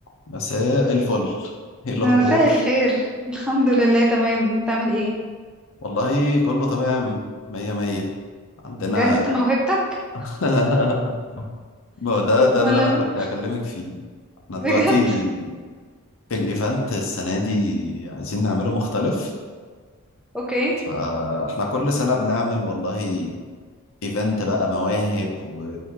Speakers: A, on the left; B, in the centre.
A: مساء الفل ايه الاخبار
B: مساء الخير <laughs> الحمد لله تمام انت عامل ايه
A: والله كله تمام مية مية عندنا
B: جهزت موهبتك
A: <laughs> ما هو ده ده
B: ولا
A: اللي انا كنت هكلمك فيه احنا دلوقتي
B: بجد
A: الايفنت السنة دي عايزين نعمله مختلف
B: اوكي
A: فاحنا كل سنة بنعمل والله ايفنت بقى مواهب و...